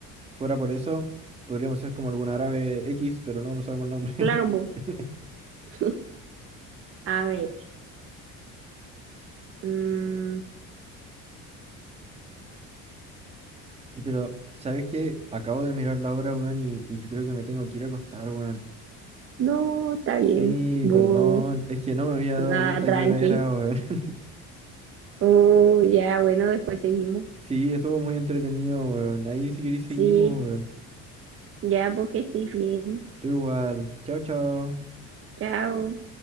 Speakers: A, on the right (about 20°); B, on the right (about 45°).
A: Fuera por eso, podríamos ser como algún árabe X, pero no, no sabemos el nombre.
B: Claro, po.
A: <laughs>
B: <laughs> A ver, mm,
A: Y Pero, ¿sabes qué? Acabo de mirar la hora, weón, y, y yo creo que me tengo que ir a acostar, weón.
B: no, está bien,
A: Sí,
B: bo,
A: perdón, es que no me había
B: nada,
A: dado cuenta
B: tranqui.
A: qué hora era, weón. <laughs>
B: Oh, ya, bueno, después seguimos.
A: Sí, estuvo muy entretenido, weón. Ahí si queréis seguimos,
B: Sí,
A: weón.
B: ya porque estoy bien.
A: Tú igual. Chao, chao.
B: Chao.